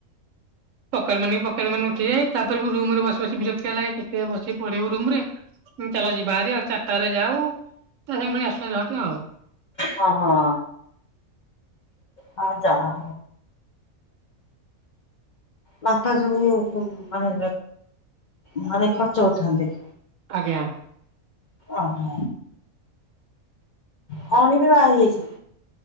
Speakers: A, on the right; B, on the left.
A: ପକେଟ ମନିକୁ ପକେଟମନି ଉଠିଯାଏ, ତାପରେ ବି ରୁମରେ ବସି ବସି ବି ବିରକ୍ତିଆ ଲାଗେ। କେତେ ବସି ପଢ଼ିବୁ ରୁମରେ? ଚାଲ ଯିବା ହାରି ଆଉ ଚାରିଟାରେ ଯାଉ, ତା ସାଙ୍ଗେ ପୁଣି ଆସିବା ଝଅଟି ଆଉ।
B: ହଁ ହଁ। ହଉ ଯାଅ। ବାପା ସବୁ ଉ ମାନେ ମାନେ ଖର୍ଚ୍ଚ ଉଠାନ୍ତି।
A: ଆଜ୍ଞା।
B: ଓହୋ। ଭଉଣୀ ବି ବାହା ହେଇଯାଇଛନ୍ତି?